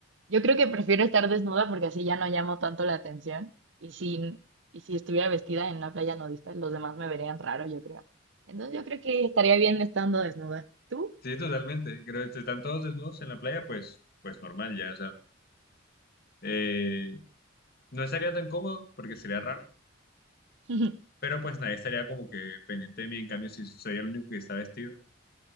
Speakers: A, on the right; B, on the left.
A: yo creo que prefiero estar desnuda porque así ya no llamo tanto la atención. Y si, y si estuviera vestida en una playa nudista, los demás me verían raro, yo creo. Entonces, yo creo que estaría bien estando desnuda. ¿Tú?
B: Sí, totalmente. Creo que si están todos desnudos en la playa, pues, pues normal ya. O sea, eh, no estaría tan cómodo porque sería raro,
A: <laughs>
B: pero pues nadie estaría como que pendiente de mí. En cambio, si soy el único que está vestido,